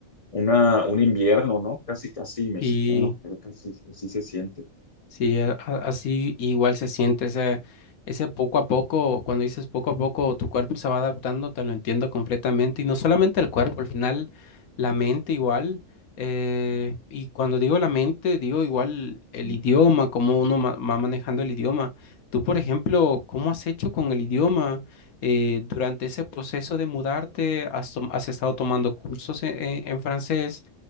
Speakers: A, on the left; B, on the left.
A: una, un invierno, ¿no? Casi, casi mexicano,
B: y
A: creo que sí sí se siente.
B: Sí, a- a- así igual se siente ese, ese poco a poco, cuando dices poco a poco, tu cuerpo se va adaptando, te lo entiendo completamente. Y no solamente el cuerpo, al final la mente igual. eh, y cuando digo la mente, digo igual el
A: Mm,
B: idioma, cómo uno ma- va manejando el idioma. Tú, por ejemplo, ¿cómo has hecho con el idioma? Eh, durante ese proceso de mudarte, ¿has, tom- has estado tomando cursos en en- en francés?